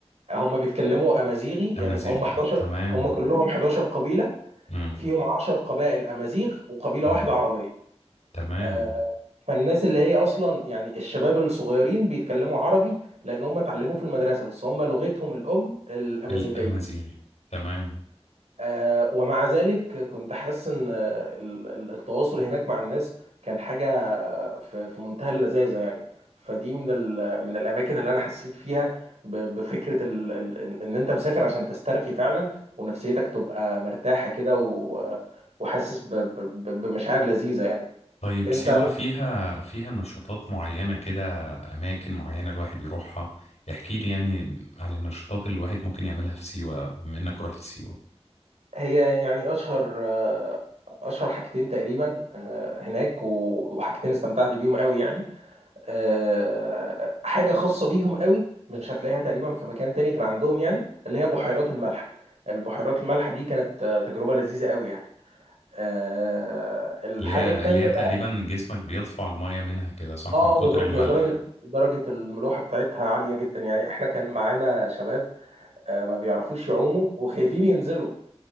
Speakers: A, on the right (about 75°); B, on the left (about 85°).
A: آه، هم بيتكلموا امازيغي
B: أمازيغ
A: يعني هم 11
B: تمام
A: هم كلهم 11 قبيله
B: مم.
A: فيهم 10 قبائل امازيغ وقبيله
B: مم.
A: واحده عربيه
B: تمام
A: آه، فالناس اللي هي اصلا يعني الشباب الصغيرين بيتكلموا عربي لان هم اتعلموه في المدرسه بس هم لغتهم الام الامازيغيه
B: الأمازيغي تمام
A: آه ومع ذلك كنت حاسس ان آه، ال- ال- التواصل هناك مع الناس كان حاجه في في منتهى اللذاذه يعني فدي من ال- من الاماكن اللي انا حسيت فيها ب- بفكره ال- ال- ان إن انت مسافر عشان تسترخي فعلا ونفسيتك تبقى مرتاحه كده و- وحاسس ب- ب- ب- بمشاعر لذيذه يعني
B: طيب
A: انت
B: سيوة فيها فيها نشاطات معينة كده أماكن معينة الواحد يروحها احكي لي يعني عن النشاطات اللي الواحد ممكن يعملها في سيوة بما إنك رحت سيوة
A: هي يعني اشهر آه، اشهر حاجتين تقريبا آه، هناك و- وحاجتين استمتعت بيهم قوي يعني آه، حاجه خاصه بيهم قوي مش هتلاقيها تقريبا في مكان تاني غير عندهم يعني اللي هي بحيرات الملح البحيرات الملح دي كانت آه، تجربه لذيذه قوي يعني آه، الحاجه
B: اللي هي
A: التانيه
B: اللي هي تقريبا
A: بقى
B: جسمك بيطفو على المية منها كده صح
A: اه
B: من كتر
A: اه بالظبط
B: الملح
A: هي درجه درجه الملوحه بتاعتها عاليه جدا يعني احنا كان معانا شباب آه، ما بيعرفوش يعوموا وخايفين ينزلوا